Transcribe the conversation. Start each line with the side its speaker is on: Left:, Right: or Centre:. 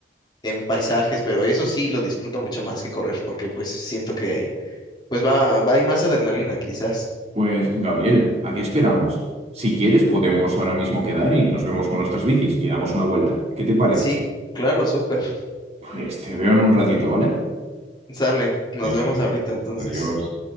Left: en paisajes, pero eso sí lo disfruto mucho más que correr, porque pues siento que, pues va, va, hay más adrenalina, quizás.
Right: Pues, Gabriel, ¿a qué esperamos? Si quieres, podemos ahora mismo quedar y nos vemos con nuestras bicis y damos una vuelta. ¿Qué te parece?
Left: Sí, claro, súper.
Right: Pues te veo en un ratito, ¿vale?
Left: Sale, nos
Right: Venga,
Left: vemos ahorita, entonces.
Right: adiós.